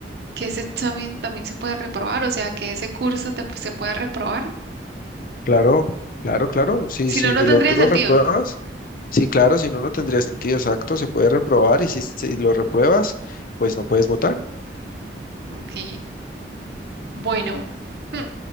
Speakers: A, on the right (about 65°); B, on the left (about 50°).
A: que ese examen también se puede reprobar? O sea, que ese curso te- se puede reprobar.
B: Claro, claro, claro. Si,
A: Si
B: si
A: no, no tendría
B: lo, tú
A: sentido.
B: lo repruebas, sí, claro, si no, no tendría sentido exacto, se puede reprobar y si, si lo repruebas, pues no puedes votar.
A: Ok. Bueno, hmm,